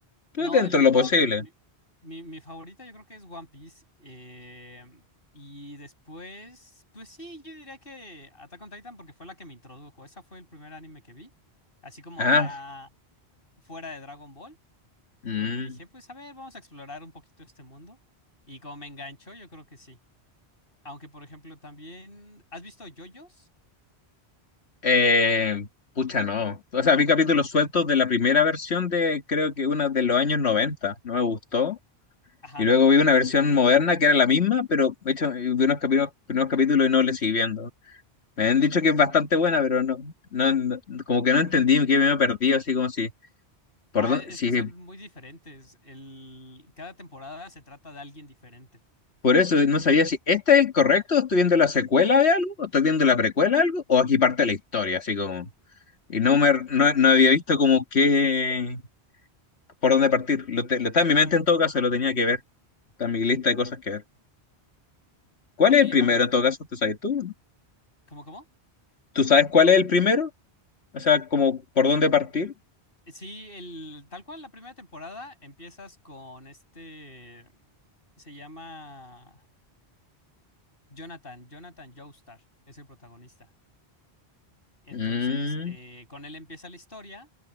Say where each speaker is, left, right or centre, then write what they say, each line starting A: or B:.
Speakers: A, on the left; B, on the left.
A: Yo
B: No,
A: dentro
B: el-
A: de lo
B: no,
A: posible.
B: mi, mi, mi- mi favorita yo creo que es One Piece. eh, y después, pues sí, yo diría que Attack on Titan porque fue la que me introdujo. Esa fue el primer anime que vi. Así como
A: Ah,
B: ya fuera de Dragon Ball,
A: mm,
B: donde dije, pues a ver, vamos a explorar un poquito este mundo. Y como me enganchó, yo creo que sí. Aunque, por ejemplo, también. ¿Has visto yoyos?
A: eh, pucha, no. O sea, vi capítulos sueltos de la primera versión de creo que una de los años noventa No me gustó.
B: Ajá.
A: Y luego vi una versión moderna que era la misma, pero de hecho vi unos capítulos, primeros capítulos y no le seguí viendo. Me han dicho que es bastante buena, pero no, no, no- como que no entendí, que me he perdido, así como si, por
B: Ah,
A: dónde-
B: es
A: si,
B: que son muy diferentes. El... Cada temporada se trata de alguien diferente.
A: por eso no sabía si este es el correcto, o estoy viendo la secuela de algo, o estoy viendo la precuela de algo, o aquí parte la historia, así como, y no me, no, no había visto como qué, por dónde partir. Lo, te- lo está en mi mente en todo caso, lo tenía que ver, está en mi lista de cosas que ver. ¿Cuál
B: Y,
A: es el primero
B: a ver,
A: en todo caso? ¿Tú sabes tú?
B: ¿cómo, cómo?
A: ¿Tú sabes cuál es el primero? O sea, como por dónde partir.
B: Sí, el... tal cual, la primera temporada empiezas con este. Se llama Jonathan, Jonathan Joestar, es el protagonista. Entonces,
A: Mm,
B: eh, con él empieza la historia